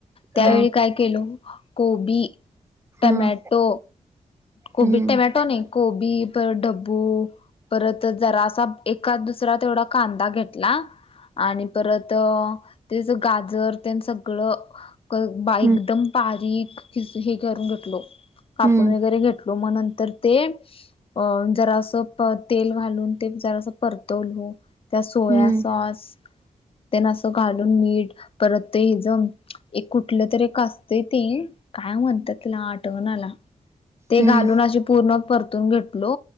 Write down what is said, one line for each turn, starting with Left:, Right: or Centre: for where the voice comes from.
Left: त्यावेळी
Right: हा
Left: काय केल गोभी टमॅटो
Right: हम्म
Left: गोभी
Right: हम्म
Left: टमॅटो
Right: हम्म
Left: नाही गोभी पर ड ू परत जरा असा एका दुसरा तेवढा कांदा घेतला आणि परत त्याच गाजर ते सगळं बा
Right: हम्म
Left: एकदम पारीकि हे करून घेतलो कापून
Right: हम्म
Left: वगैरे घेत मग नंतर ते अ जरास तेल घालून ते जरास परतव त्या सोया
Right: हम्म
Left: सॉस त्यांना असं घालून मीठ परत इजम एक कुठलं तरी एक त त काय म्हणतातिला आठवणाला ते
Right: हम्म
Left: घालून अे पूर्ण परतून घेतलो